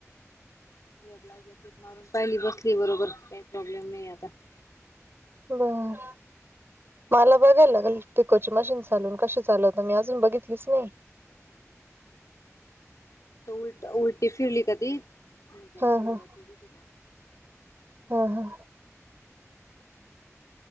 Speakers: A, on the left; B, on the right.
A: ब्लाउज वर टिप मारून पाहिली बसली बरोबर काही प्रॉब्लेम नाही आता
B: बर मला बघायला लागेल पिकोची मशीन चालून कशी चालवत मी अजून बघितलीच नाही
A: उलट उलटी फिरली का ती <unintelligible>
B: हा हा हा हा